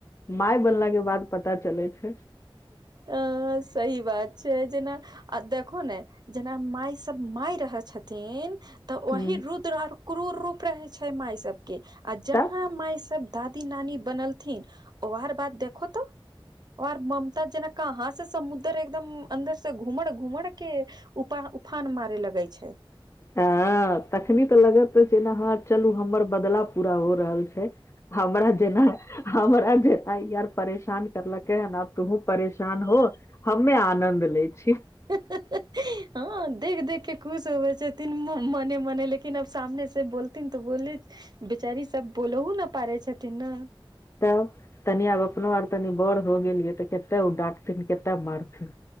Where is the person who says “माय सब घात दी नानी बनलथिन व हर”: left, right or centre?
Right